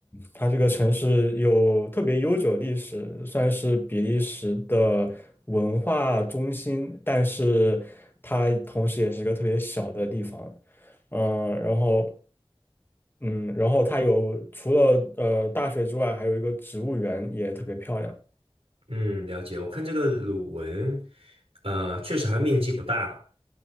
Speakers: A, on the left; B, on the right.
A: 它这个城市有特别悠久的历史，算是比利时的文化中心，但是它同时也是一个特别小的地方。嗯、然后嗯，然后它有除了呃大学之外，还有一个植物园也特别漂亮。
B: 嗯，了解。我看这个鲁文，呃，确实还面积不大，